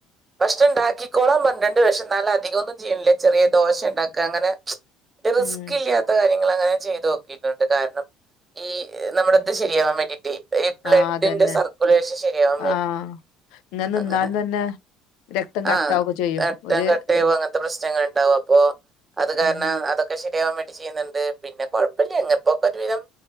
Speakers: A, on the right; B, on the left.
A: ഭക്ഷണം ഉണ്ടാക്കിക്കോളാം പറഞ്ഞിട്ടുണ്ട് പക്ഷെ എന്നാലും അധികം ഒന്നും ചെയ്യണില്ല ചെറിയ ദോശ ഉണ്ടാക്കുക അങ്ങനെ, റിസ്ക്
B: ഉം
A: ഇല്ലാത്ത കാര്യം ഇങ്ങള് അങ്ങനെ ചെയ്ത് നോക്കിയിട്ടുണ്ട് കാരണം ഈ നമ്മുടെ ഇത് ശരിയാവാൻ വേണ്ടിട്ടേ ഈ ബ്ലഡിന്റെ
B: ആഹ് അതന്നെ
A: സർക്കുലേഷൻ ശരിയാവാൻ വേണ്ടിട്ട്
B: ആഹ് ഇങ്ങനെ നിന്നാലും
A: അങ്ങനെ
B: തന്നെ രക്തം കട്ടാവൊക്കെ
A: ആഹ്
B: ചെയ്യും
A: <unintelligible> ട്ടെ
B: ഒരു
A: അങ്ങനത്തെ പ്രശ്നങ്ങൾ ഉണ്ടാവും അപ്പോ അത് കാരണം
B: ഉം
A: അതൊക്കെ ശരിയാവാൻ വെ ചെയ്യുന്നുണ്ട് പിന്നെ കുഴപ്പല്ല്യ എങ്ങപ്പോക്കെ ഒരുവിധം